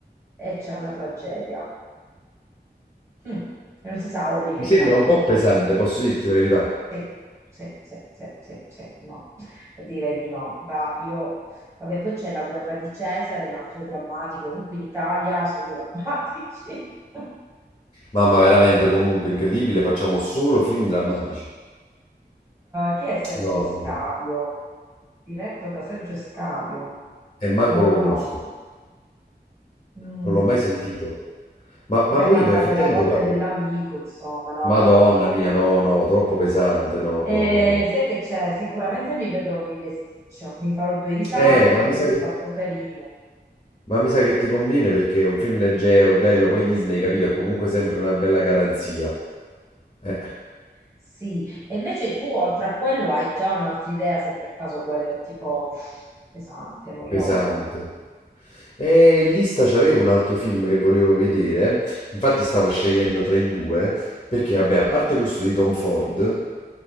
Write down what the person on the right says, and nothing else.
e c'è una tragedia. Mm. E non si sa Olli
che
fine ha fatto.
Sì, sì, sì, sì, sì, sì, no. Direi di no. Bah, io... Vabbè, poi c'è la guerra di Cesare, un altro drammatico, comunque in Italia sono drammatici. <laughs>
Eh,
chi è Sergio
Scavio?
Diretto da Sergio Scavio.
Non lo
conosco.
Mm.
Vabbè,
parla
della morte
dell'amico, insomma, no, no,
troppo drammatico.
E
sai che c'è? Sicuramente mi vedrò lì le Stitch, mi farò due risate,
poi
lui è
tanto carino.
Sì, e invece tu oltre a quello hai già un'altra idea se per caso quello è tipo uff, pesante, noioso,